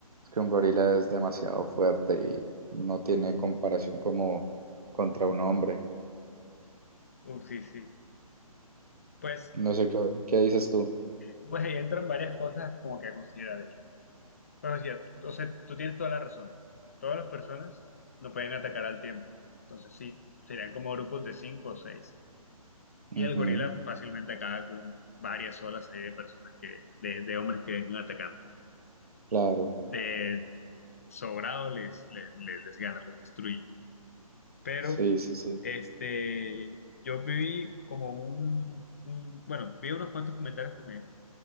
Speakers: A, on the right; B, on the left.
A: que un gorila es demasiado fuerte y no tiene comparación como contra un hombre.
B: Uf, sí, sí. Pues,
A: No sé qué, qué dices tú.
B: pues ahí entran varias cosas como que a considerar ya. Pero sí, o sea, tú tienes toda la razón. Todas las personas no pueden atacar al tiempo. Entonces sí, serían como grupos de cinco o seis.
A: Ujú,
B: Y el gorila fácilmente acaba con varias olas ahí de personas que, de, de hombres que vengan a atacar.
A: claro.
B: De sobrado les, les, les, les gana, los destruye. Pero,
A: Sí, sí, sí.
B: este, yo viví como un, un- bueno, vi unos cuantos comentarios que me,